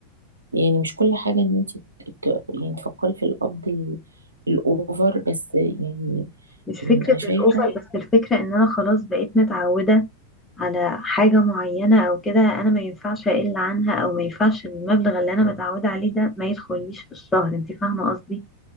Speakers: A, on the right; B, on the left.
A: يعني مش كل حاجة إن أنت ت- يعني تفكري في القبض ال- الأوفر بس يعني
B: مش فكره
A: يعني أنا شايفة
B: الاسر بس الفكره ان انا خلاص بقيت متعوده على حاجه معينه او كده انا ما ينفعش اقل عنها او ما ينفعش المبلغ اللي انا متعوده عليه ده ما يدخليش في الشهر انت فاهمه قصدي